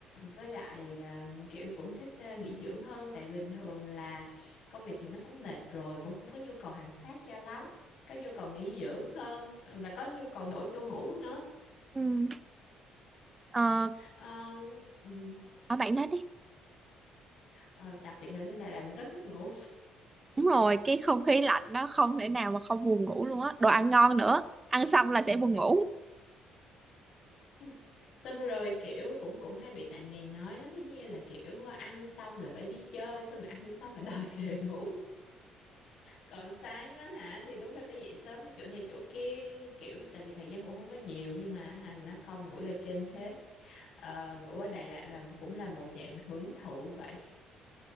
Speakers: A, on the left (about 70°); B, on the right (about 20°).
A: với lại à, kiểu cũng thích à, nghỉ dưỡng hơn, tại bình thường là công việc thì nó cũng mệt rồi, cũng không có nhu cầu hành xác cho lắm, có nhu cầu nghỉ dưỡng hơn và có nhu cầu đổi chỗ ngủ nữa.
B: ừ ờ
A: Ờ, ừm,
B: ở bạn nói đi
A: ờ, đặc biệt là lên Đà Lạt mình rất thích ngủ.
B: đúng rồi cái không khí lạnh đó không thể nào mà không buồn ngủ luôn á đồ ăn ngon nữa ăn xong là sẽ buồn ngủ
A: <laughs> Xong rồi kiểu cũng cũng hay bị bạn bè nói lắm, giống như là kiểu ăn xong là phải đi chơi, xong rồi ăn xong rồi đòi về ngủ. còn sáng á hả thì đúng là phải dậy sớm đi chỗ này chỗ kia kiểu tại vì thời gian cũng không có nhiều nhưng mà hà mình nó không ngủ là trên hết Ờ, ngủ ở Đà Lạt là cũng là một dạng hưởng thụ vậy